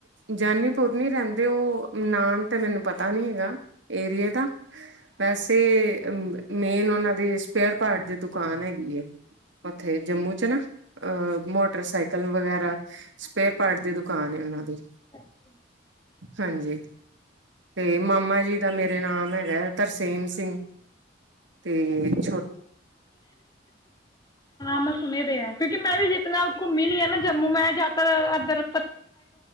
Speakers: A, on the right; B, on the left.
A: ਜਾਨੀਪੁਰ ਨੀ ਰਹਿੰਦੇ ਉਹ ਨਾਮ ਤੇ ਮੈਨੂੰ ਪਤਾ ਨੀ ਹੈਗਾ ਏਰੀਏ ਦਾ ਵੈਸੇ ਮੇਨ ਉਹਨਾਂ ਦੇ ਸਪੇਅਰ ਪਾਰਟ ਦੀ ਦੁਕਾਨ ਹੈਗੀ ਏ ਉੱਥੇ ਜੰਮੂ ਚ ਨਾ ਅ ਮੋਟਰਸਾਈਕਲ ਵਗੈਰਾ ਸਪੇਅਰ ਪਾਰਟ ਦੀ ਦੁਕਾਨ ਏ ਨਾਂ ਦੀ
B: ਅੱਛਾ
A: ਹਾਂਜੀ ਤੇ ਮਾਮਾ ਜੀ ਦਾ ਮੇਰੇ ਨਾਮ ਹੈਗਾ ਤਰਸੇਮ ਸਿੰਘ
B: <unintelligible> <unintelligible>
A: ਤੇ ਛੋ
B: ਮੈਂ ਸੁਣੇ ਦੇ ਏ ਕਿਉਂਕਿ ਮੈਂ ਜਿਤਨਾ ਘੁੰਮੀ ਦੀ ਆ ਨਾ ਜੰਮੂ ਮੈਂ ਜਦ ਤਰ ਏਧਰ